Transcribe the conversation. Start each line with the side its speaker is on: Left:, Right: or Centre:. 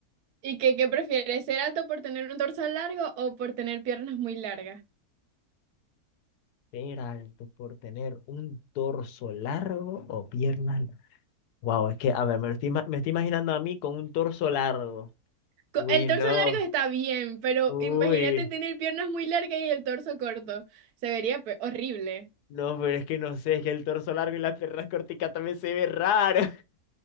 Right: ¿Y qué, qué prefieres? ¿Ser alto por tener un torso largo o por tener piernas muy largas?
Left: Ser alto por tener un torso largo o piernas. Wow, es que, a ver, me lo estoy, ima- me estoy imaginando a mí con un torso largo.
Right: Co-
Left: Uy,
Right: El torso
Left: no.
Right: largo está bien, pero
Left: Uy,
Right: imagínate tener piernas muy largas y el torso corto. Se vería pe- horrible.
Left: no, pero es que no sé, es que el torso largo y las piernas corticas también se ve raro.